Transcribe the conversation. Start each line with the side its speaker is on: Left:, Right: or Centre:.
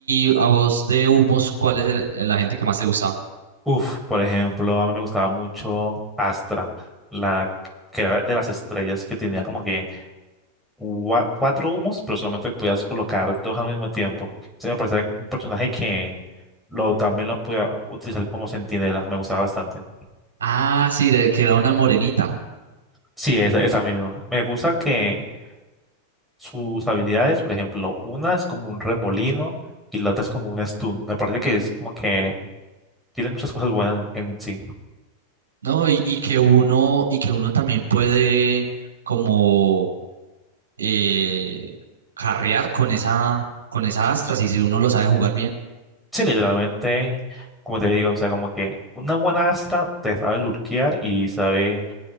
Right: y a vos de humos, ¿cuál es el- la gente que más te gustaba?
Centre: Uf, por ejemplo, a mí me gustaba mucho Astra, la que era de las estrellas que tenía como que gua- cuatro humos, pero solamente podías colocar dos al mismo tiempo. Entonces me parecía un personaje que lo, también lo podía utilizar como centinela, me gustaba bastante.
Right: Ah, sí, de- que era una morenita.
Centre: Sí, esa, esa misma. Me gusta que sus habilidades, por ejemplo, una es como un remolino y la otra es como un stun. Me parece que es como que tiene muchas cosas buenas en sí.
Right: No, y, y que uno, y que uno también puede como eh, carrear con esa, con esa astras y si uno lo sabe jugar bien.
Centre: Sí, literalmente, como te digo, o sea, como que una buena Astra te sabe lurkear y sabe